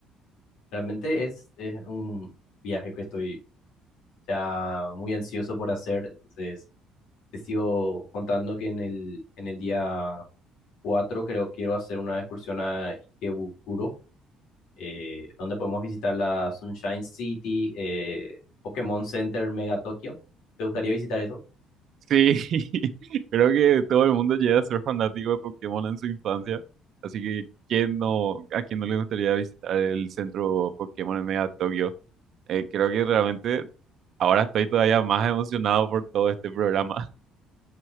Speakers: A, on the left; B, on the right.
A: Realmente es, es un viaje que estoy ya muy ansioso por hacer, entonces te sigo contando que en el, en el día 4 creo quiero hacer una excursión a Ikebukuro, eh, donde podemos visitar la Sunshine City, eh, Pokémon Center Mega Tokyo. ¿Te gustaría visitar eso?
B: Sí, <laughs> creo que todo el mundo llega a ser fanático de Pokémon en su infancia, así que ¿quién no, a quién no le gustaría visitar el centro Pokémon en Mega Tokio? Eh, creo que realmente ahora estoy todavía más emocionado por todo este programa.